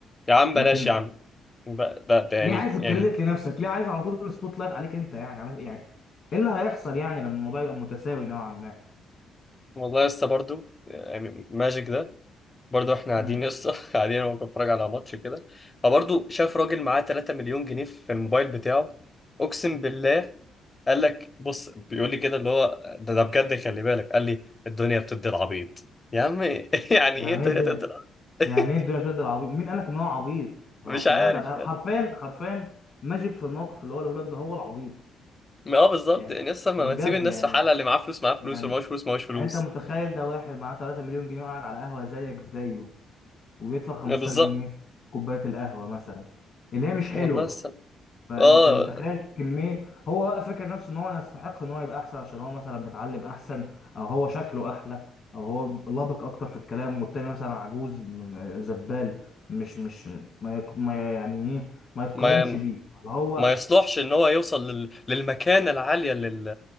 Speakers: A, on the left; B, on the left.
A: يا عم بلاش
B: لكن
A: يا عم ب- ده ده يعني
B: ليه عايز الكريدت
A: يعني
B: لنفسك ليه عايز على طول السبوت لايت عليك انت يعني على يعني ايه اللي هيحصل يعني لما الموضوع يبقى متساوي نوعا ما
A: والله يا اسطى برضه يعني ماجيك ده برضه احنا قاعدين
B: امم
A: يا اسطى <laughs> قاعدين انا بتفرج على ماتش كده فبرضه شاف راجل معاه 3 مليون جنيه في الموبايل بتاعه اقسم بالله قال لك بص بيقول لي كده اللي هو ده ده بجد خلي بالك قال لي الدنيا بتدي العبيط يا عم <laughs> يعني
B: يعني
A: ايه الدنيا
B: ايه ده
A: بتدي العبيط؟
B: يعني ايه الدنيا تقدر
A: <laughs>
B: عبيط مين قالك ان هو عبيط هو
A: مش
B: عشان
A: عارف
B: قاعد على
A: يعني
B: القهوة- حرفيا حرفيا ماجيك في الموقف اللي هو اللي لك ده هو العبيط
A: ما اه بالظبط
B: يعني
A: يعني لسه ما
B: بجد
A: ما تسيب الناس
B: يعني
A: في حالها اللي معاه فلوس معاه فلوس
B: يعني
A: واللي معاهوش فلوس معاهوش فلوس
B: يعني انت متخيل ده واحد معاه 3 مليون جنيه وقاعد على قهوة زيك زيه وبيدفع 15
A: ما بالظبط
B: جنيه في كوباية القهوة مثلا اللي هي مش حلوة
A: والله لسه
B: فانت
A: اه
B: متخيل كمية هو بقى فاكر نفسه ان هو يستحق ان هو يبقى احسن عشان هو مثلا متعلم احسن او هو شكله احلى او هو لابق اكتر في الكلام والتاني مثلا عجوز م- م- زبال مش مش ما يق- ما يعني ايه ما يتقارنش
A: ما
B: بيه اللي هو
A: ما يصلحش ان هو يوصل لل... للمكانة العالية اللي ال-